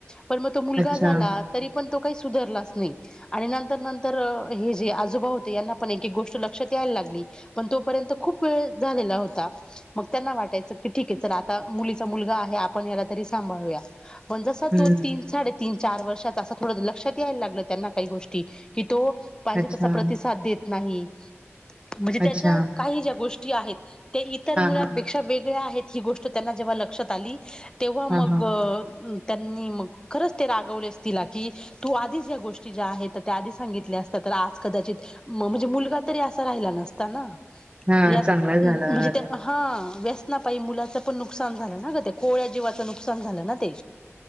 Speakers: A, on the left; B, on the right.
A: पण मग तो मुलगा
B: अच्छा.
A: झाला तरी पण तो काही सुधरलाच नाही आणि नंतर नंतर हे जे आजोबा होते यांना पण गोष्ट लक्षात यायला लागली पण तो पर्यंत खुप वेळ झालेला होता मग त्यांना वाटायचं ठीक चला आता मुलीचा मुलगा आपण याला तरी सांभाळुया पण जसा
B: हं.
A: तो तीन साडेतीन चार वर्षातचा असं थोडं लक्षात यायला लागलं त्यांना काही गोष्टी की तो पाहिजे
B: अच्छा,
A: तसा प्रतिसाद देत नाही म्हणजे त्याच्या
B: अच्छा.
A: काही ज्या गोष्टी आहेत ते इतर
B: हां,
A: मुलांपेक्षा
B: हां, हां.
A: वेगळ्या आहेत ही गोष्ट त्यांना जेव्हा लक्षात आली. तेव्हा मग
B: हां, हां.
A: त्यांनी मग खरंच ते रागवलेस तिला की तू आधीच या गोष्टी ज्या आहेत त्या आधी सांगितल्या असत्या तर आज कदाचित म्हणजे मुलगा तरी असा राहिला नसता ना.
B: हा
A: यात
B: चांगला झाला.
A: म्हणजे त्या हा व्यसना पायी मुलाच पण नुकसान झालं ना ग कोवल्या जीवाच नुकसान झालं ना ते